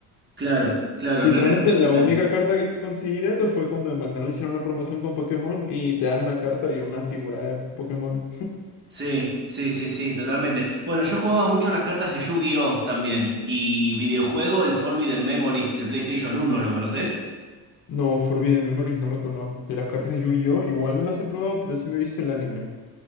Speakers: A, on the right; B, on the left.
A: Claro, claro,
B: Literalmente
A: no eran originales.
B: la única carta que conseguí de eso fue cuando en McDonald's hicieron una promoción con Pokémon y te dan una carta y una figura de Pokémon.
A: Sí, sí, sí, sí, totalmente. Bueno, yo jugaba mucho las cartas de Yu-Gi-Oh también. Y videojuego, el Forbidden Memories de PlayStation uno. ¿lo conoces?
B: No, Forbidden Memories no lo conozco. Y las cartas de Yu-Gi-Oh! igual no las he probado, pero sí me he visto el anime.